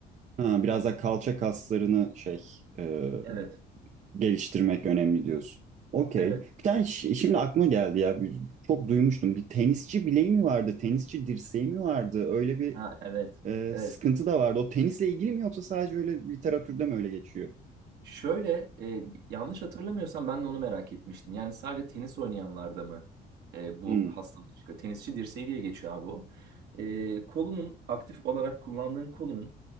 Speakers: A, on the right (about 45°); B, on the right (about 70°).
A: Ha, biraz da kalça kaslarını şey e,
B: Evet,
A: geliştirmek önemli diyorsun. Okey.
B: evet.
A: Bir tane şi- şimdi aklıma geldi ya. Bir- Çok duymuştum. Bir tenisçi bileği mi vardı? Tenisçi dirseği mi vardı? Öyle bir
B: Ha evet.
A: e,
B: Evet.
A: sıkıntı da vardı. O tenisle ilgili mi yoksa sadece öyle literatürde mi öyle geçiyor?
B: Şöyle e, yanlış hatırlamıyorsam ben de onu merak etmiştim. Yani sadece tenis oynayanlarda mı e, bu
A: Hmm,
B: hastalık çıkıyor? Tenisçi dirseği diye geçiyor abi o. E, kolunun aktif olarak kullandığın kolunun